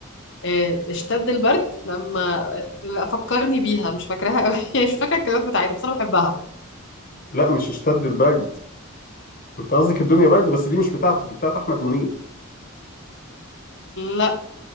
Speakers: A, on the left; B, on the left.
A: آه اشتد البرد لما لا، فكرني بيها مش فاكراها قوي <laughs> مش فاكرة الكلمات بتاعتها بس أنا بحبها
B: لا مش اشتد البرد انت قصدك الدنيا برد بس دي مش بتاعته دي بتاعت احمد منيب
A: لا